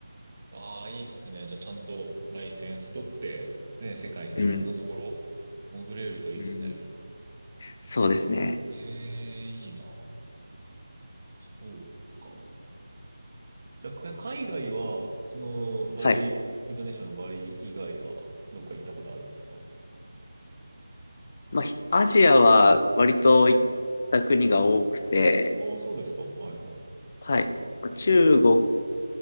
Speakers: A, on the right; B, on the left.
A: ああ、いいっすね。じゃあちゃんとライセンス取って、ね、世界のいろんなところ、
B: うん。
A: 潜れるといいですね。
B: うん。そうですね。
A: ええー、いいな。そうか。じゃあ、か海外は、その、バリ、
B: はい。
A: インドネシアのバリ以外は、どっか行ったことあるんですか
B: まあ、ひアジアは割と行った国が多くて、
A: ああ、そうですか。はいはい。
B: はい。中国、